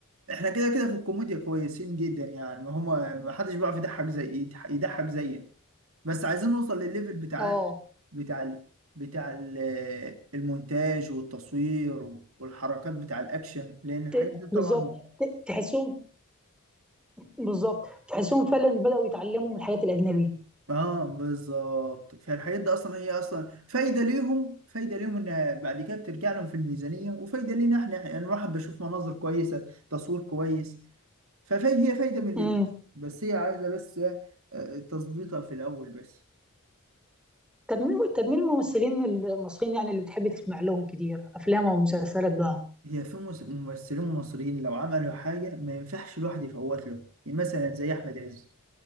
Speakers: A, on the right (about 70°); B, in the centre.
A: احنا كده كده في الكوميديا كويسين جدا يعني ما هما ما حدش بيعرف يضحك زي يضح- يضحك زينا بس عايزين نوصل للليفل بتاع
B: اه
A: بتاع ال... بتاع ال... المونتاج والتصوير والحركات بتاع الاكشن لان الحاجات
B: ت-
A: دي طبعا
B: بالظبط ت- تحسهم بالظبط تحسهم فعلا بدأوا يتعلموا من الحاجات الأجنبية
A: اه بالظبط فالحاجات دي اصلا هي اصلا فايده ليهم فايده ليهم ان بعد كده بترجع لهم في الميزانيه وفايده لينا احنا يعني الواحد بشوف مناظر كويسه تصوير كويس فهي فايده من الاتنين
B: امم
A: بس هي عايزه بس آه، تظبيطها في الاول بس
B: طب مين طب مين الممثلين المصريين يعني اللي بتحب تسمع لهم كتير أفلام أو مسلسلات بقى
A: هي في مس- ممثلين مصريين لو عملوا حاجة ما ينفعش الواحد يفوت له يعني مثلا زي أحمد عز